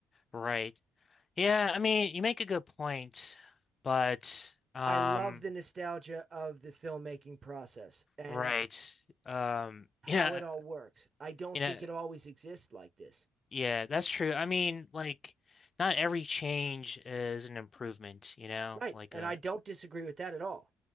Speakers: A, on the left; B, on the right.
A: Right. Yeah, I mean, you make a good point, but um,
B: I love the nostalgia of the filmmaking process, and
A: right. Um, <laughs>
B: how
A: you know,
B: it all works. I don't
A: you
B: think
A: know,
B: it always exists like this.
A: yeah, that's true. I mean, like, not every change is an improvement, you know,
B: Right.
A: like
B: And
A: uh
B: I don't disagree with that at all.